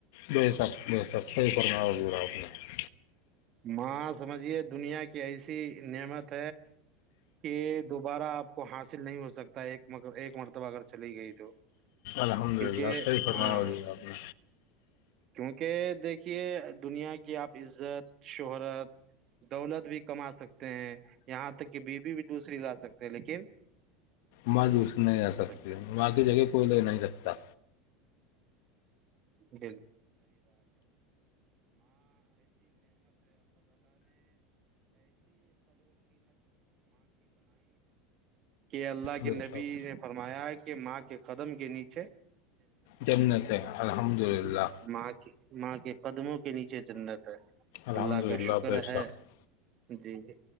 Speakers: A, on the left; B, on the right.
A: بے شک بے شک صحیح فرمایا حضور آپ نے
B: ماس سمجھیے دنیا کی ایسی نعمت کہ دوبارہ آپ کو حاصل نہیں ہوتا سکتا ہے ایک ایک مرتب اگر چلی گئی تو
A: الحمد
B: کیونکہ
A: للہ سحیح فرما
B: ہاں
A: ہوی آپ نے
B: کیونکہ دیکھیے دنیا کی آپ عزت شہرات دولت بھی کما سکتے ہیں یہاں تک کہ بیوی بھی دوسری لا سکتے ہیں لیکن
A: ماں دوس نہیں جا سکتی
B: سکتے ہیں۔
A: ماں کی جگہ کوئی لے نہیں سکتا
B: <inaudible> کہ اللہ کے
A: بے
B: نبی
A: شک
B: نے فرمایا ماں کے قدم کے نیچے
A: جمنت ہے الحمد
B: جی
A: للہ
B: جی ماں کی ماں کے قدموں کے نیچے چدر
A: الحمد
B: اللہ کا
A: للہ
B: شکر
A: بے
B: ہے
A: شک
B: جی جی